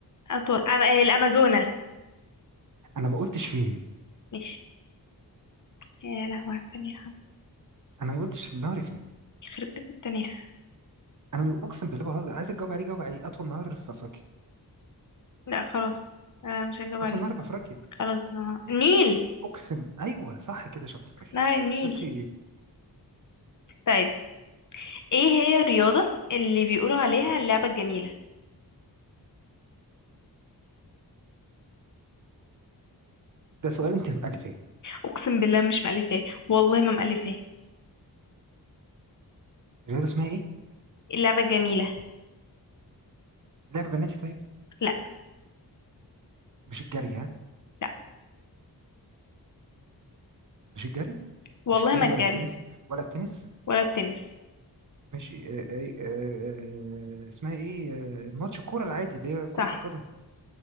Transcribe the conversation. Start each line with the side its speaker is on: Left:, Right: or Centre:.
Left: أطول أم... آه، الامازونة
Right: انا ما قلتش فين
Left: ماشي يا لهوي على التنيحة
Right: انا ما قلتش نهري فين
Left: يخرب بيت التنيحة
Right: انا اقسم بالله بهزر عايزك تجاوب عليه جاوب عليه اطول نهر في افريقيا
Left: لا خلاص آه مش هجاوب
Right: اطول
Left: عليه
Right: نهر في افريقيا
Left: خلاص نهار النيل
Right: اقسم ايوه صح كده شاطر ماشي
Left: نهر النيل
Right: شفتي
Left: طيب ايه هي الرياضة اللي بيقولوا عليها اللعبة الجميلة
Right: ده سؤال انت مألفاه
Left: اقسم بالله مش مألفاه والله ما مألفاه
Right: الرياضة اسمها ايه؟
Left: اللعبة جميلة
Right: لعبة بناتي طيب؟
Left: لا
Right: مش الجري ها؟
Left: لا
Right: مش الجري؟
Left: والله
Right: مش الجري
Left: ما الجري
Right: ولا التنس ولا التنس؟
Left: ولا التنس
Right: ماشي آه، آه، آه، آه، اسمها ايه؟ آه، ماتش الكورة العادي اللي هي كرة
Left: صح
Right: القدم